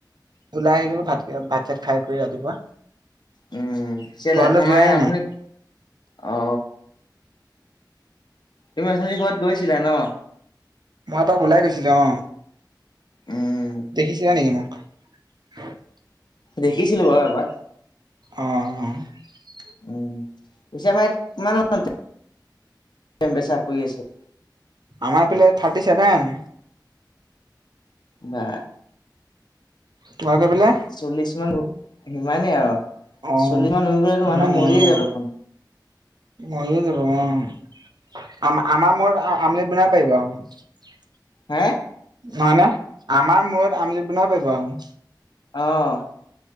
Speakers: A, on the right; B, on the left.
A: ওলাই আহিলো ভাত-ভাত চাত খাই কৰি ৰাতিপুৱা।
B: উম, পিছে
A: ঘৰলৈ
B: লেথনাই
A: যোৱাই
B: আপুনি
A: নাই
B: অ'। তুমি অথনি ক'ৰবাত গৈছিলা ন?
A: মই এপাক ওলাই গৈছিলো, অ'
B: উম
A: দেখিছিলা নেকি মোক? <unintelligible>
B: দেখিছিলো বাৰু এবাৰ।
A: অ'
B: উম, পিছে আমাৰ কিমান <unintelligible> চেম বেচাপ কৰি আছে।
A: আমাৰ ফালে থাৰ্টি ছেভেন।
B: বা
A: তোমালোকৰ পিলে?
B: চল্লিশ মান সিমানেই আৰু।
A: অ',
B: চল্লিশমান হৈ গলেতো
A: ইমানে
B: মানুহ মৰিয়ে
A: অ',
B: যাব দেখোন।
A: মৰিয়ে যাব অ'। আম আমাৰ মূৰত আমলেট বনাব পাৰিব আৰু।
B: হে
A: হয়েনা আমাৰ মূৰত আমলেট বনাব পাৰিব আৰু।
B: অহ'